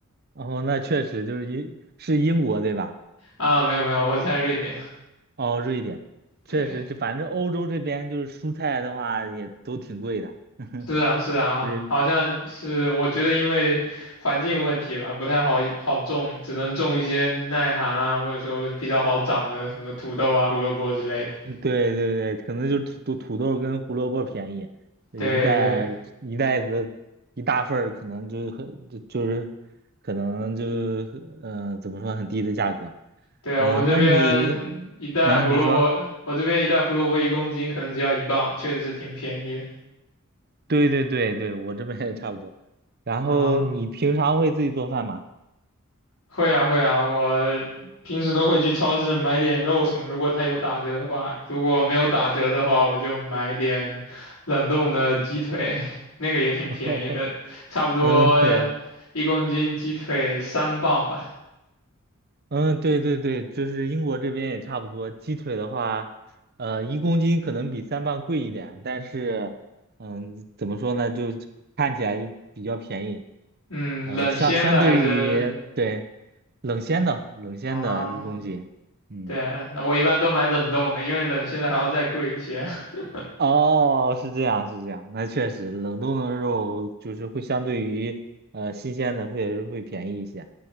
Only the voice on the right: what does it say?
哦，那确实就是英是英国对吧？
哦，瑞典，
确实，这反正欧洲这边就是蔬菜的话也都挺贵的。<laughs>
嗯，
嗯，对对对，可能就是土土土豆跟胡萝卜便宜，一袋一袋子一大份儿可能就很就就是可能就
嗯怎么说很低的价格。
嗯、
那你嗯、你说
对对对对，我这边也差不多。然后你平常会自己做饭吗？
<laughs>
嗯，对。
嗯，对对对，就是英国这边也差不多。鸡腿的话，呃，一公斤可能比三磅贵一点，但是，嗯，怎么说呢，就看起来就比较便宜。
嗯，
相相对于对冷鲜的冷鲜的一公斤，
嗯，
哦，是这样是这样，那确实冷冻的肉就是会相对于呃新鲜的会会便宜一些。